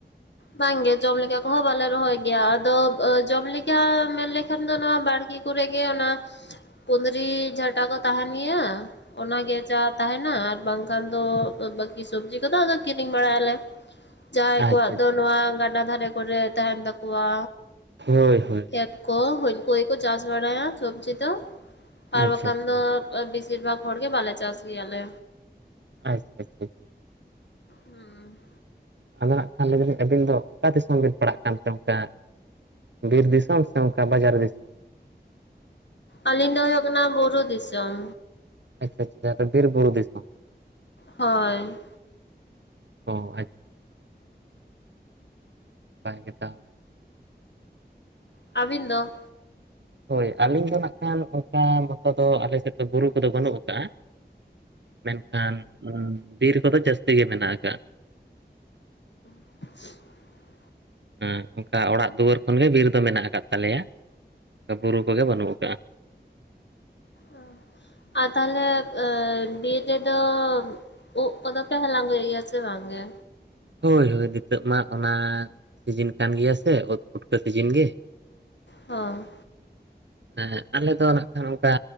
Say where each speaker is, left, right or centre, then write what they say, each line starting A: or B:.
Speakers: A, on the left; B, on the right.
A: ᱵᱟᱝᱜᱮ ᱡᱚᱢ ᱞᱮᱠᱟ ᱠᱚ ᱾ ᱦᱚᱸ ᱵᱟᱞᱮ ᱨᱚᱦᱚᱭ ᱜᱮᱭᱟ ᱟᱫᱚ ᱡᱚᱢ ᱞᱮᱠᱟ ᱢᱮᱱᱞᱠᱷᱟᱱ ᱫᱚ ᱱᱚᱣᱟ ᱵᱟᱲᱜᱮ ᱠᱚᱨᱮᱜᱮ ᱚᱱᱟ ᱾ ᱠᱩᱸᱫᱽᱨᱤ ᱡᱷᱟᱴᱟ ᱠᱚ ᱛᱟᱦᱮᱱᱜᱮᱭᱟ ᱾ ᱚᱱᱟᱜᱮ ᱡᱟᱣ ᱛᱟᱸᱦᱮᱱᱟ ᱟᱨ ᱵᱟᱝᱠᱷᱟᱱ ᱫᱚ ᱵᱟᱹᱠᱤ ᱥᱚᱵᱡᱤ ᱠᱚᱫᱚ ᱟᱫᱚ ᱠᱤᱨᱤᱧ ᱵᱟᱲᱟᱭᱟᱞᱮ᱾
B: <inaudible>
A: ᱡᱟᱸᱦᱟᱸᱭ
B: ᱟᱪᱪᱷᱟ
A: ᱠᱚᱣᱟᱜ ᱫᱚ
B: ᱟᱪᱪᱷᱟ
A: ᱱᱚᱣᱟ ᱜᱟᱰᱟ ᱫᱷᱟᱨᱮ ᱠᱚᱨᱮ ᱛᱟᱸᱦᱮᱱ ᱛᱟᱠᱚᱣᱟ᱾
B: ᱦᱳᱭ ᱦᱳᱭ᱾
A: ᱠᱷᱮᱛ ᱠᱚ ᱦᱳᱭ ᱩᱝᱠᱩ ᱜᱮᱠᱚ ᱪᱟᱥ ᱵᱟᱲᱟᱭᱟ ᱥᱚᱵᱡᱤ ᱫᱚ ᱟᱨ
B: ᱟᱪᱪᱷᱟ
A: ᱵᱟᱠᱷᱟᱱ
B: ᱟᱪᱪᱷᱟ
A: ᱫᱚ ᱵᱮᱥᱤᱨ ᱵᱷᱟᱜᱽ ᱦᱚᱲ ᱜᱮ ᱵᱟᱞᱮ ᱪᱟᱥ ᱜᱮᱭᱟᱞᱮ᱾
B: ᱟᱪᱪᱷᱟ ᱪᱷᱟ᱾
A: ᱦᱩᱸ᱾
B: ᱟᱫᱚ ᱱᱟᱜ ᱠᱷᱟᱱ ᱞᱟᱹᱭᱫᱟᱞᱤᱧ ᱟᱹᱵᱤᱱ ᱫᱚ ᱚᱠᱟ ᱫᱤᱥᱚᱢ ᱵᱤᱱ ᱯᱟᱲᱟᱜ ᱠᱟᱱᱛᱮ ᱚᱝᱠᱟ? ᱵᱤᱨ ᱫᱤᱥᱚᱢ ᱥᱮ ᱚᱝᱠᱟ ᱵᱟᱡᱟᱨ ᱫᱤᱥᱚᱢ?
A: ᱟᱹᱞᱤᱧ ᱫᱚ ᱦᱩᱭᱩᱜ ᱠᱟᱱᱟ ᱵᱩᱨᱩ ᱫᱤᱥᱚᱢ᱾
B: ᱟᱪᱪᱷᱟ ᱟᱪᱪᱷᱟ ᱛᱟᱦᱞᱮ ᱵᱤᱨ ᱵᱩᱨᱩ ᱫᱤᱥᱚᱢ᱾
A: ᱦᱳᱭ᱾
B: ᱚ, ᱟᱡ᱾ ᱱᱟᱯᱟᱭ ᱜᱮ ᱛᱟᱦᱚᱞᱮ᱾
A: ᱟᱹᱵᱤᱱ ᱫᱚ?
B: ᱦᱳᱭ, ᱟᱹᱞᱤᱧ ᱫᱚ ᱱᱟᱜ ᱠᱷᱟᱱ ᱚᱱᱠᱟ ᱢᱚᱛᱚ ᱫᱚ ᱟᱞᱮ ᱥᱮᱫ ᱫᱚ ᱵᱩᱨᱩ ᱠᱚᱫᱚ ᱵᱟᱹᱱᱩᱜ ᱠᱟᱜ-ᱟ᱾ ᱢᱮᱱᱠᱷᱟᱱ ᱩᱸ ᱵᱤᱨ ᱠᱚᱫᱚ ᱡᱟᱹᱥᱛᱤ ᱜᱮ ᱢᱮᱱᱟᱜ ᱠᱟᱜ-ᱟ᱾
A: <inaudible>
B: ᱩᱸᱜ, ᱚᱝᱠᱟ ᱚᱲᱟᱜ ᱫᱩᱣᱟᱹᱨ ᱠᱷᱚᱱᱜᱮ ᱵᱤᱨ ᱫᱚ ᱢᱮᱱᱟᱜ ᱟᱠᱟᱫ ᱛᱟᱞᱮᱭᱟ, ᱵᱩᱨᱩ ᱠᱚᱫᱚ ᱵᱟᱹᱱᱩᱜ ᱠᱟᱜ-ᱟ᱾
A: ᱚ, ᱟᱨ ᱛᱟᱦᱞᱮ ᱵᱤᱨ ᱨᱮᱫᱚ ᱩᱜ ᱠᱚᱫᱚ ᱯᱮ ᱦᱟᱞᱟᱝ ᱟᱞᱮᱭᱟ ᱥᱮ ᱵᱟᱝ ᱜᱮ?
B: ᱦᱳᱭ ᱦᱳᱭ ᱱᱤᱛᱟᱹᱜ ᱢᱟ ᱚᱱᱟ ᱥᱤᱡᱤᱱ ᱠᱟᱱᱜᱮᱭᱟ ᱥᱮ ᱳᱜᱽ ᱯᱷᱩᱴᱠᱟᱹ ᱯᱨᱛᱤᱫᱤᱱ ᱜᱮ᱾
A: ᱦᱳᱭ᱾
B: ᱮᱸᱦᱮᱸᱜ, ᱟᱞᱮ ᱫᱚ ᱱᱟᱜ ᱠᱷᱟᱱ ᱚᱱᱠᱟ